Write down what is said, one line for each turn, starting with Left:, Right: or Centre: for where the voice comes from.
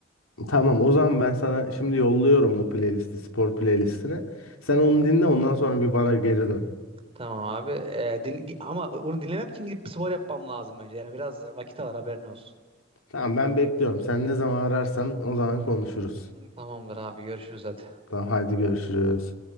Left: Tamam o zaman ben sana şimdi yolluyorum o playlisti, spor playlistini. Sen onu dinle ondan sonra bir bana geri dön.
Right: Tamam abi. E, din- ama onu dinlemek için gidip bir spor yapmam lazım önce. Yani biraz vakit alır haberin olsun.
Left: Tamam ben bekliyorum. Sen ne zaman ararsan o zaman konuşuruz.
Right: Tamamdır abi görüşürüz hadi.
Left: Tamam hadi görüşürüz.